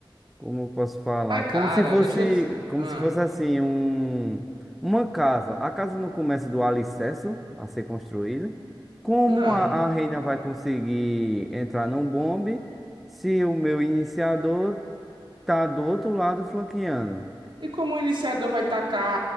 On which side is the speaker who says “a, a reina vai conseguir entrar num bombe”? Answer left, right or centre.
Centre